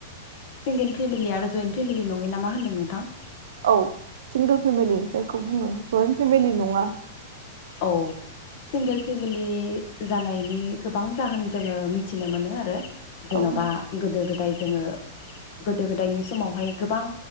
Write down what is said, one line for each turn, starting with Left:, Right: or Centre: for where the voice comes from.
Left: सिंगेल फेमिलि आरो जयन्ट फेमिलि नङै ना मा होनदों नोंथां?
Right: औ सिंगोल फेमिलि जायखौ बुङो जयन्ट फेमिलि नङा
Left: औ सिंगेल फेमिलि जानायनि गोबां जाहोन जोङो मिथिनो मोनो आरो। जेन'बा
Right: औ
Left: गोदो गोद दाय जोङो गोदो गोदायनि समावहाय गोबां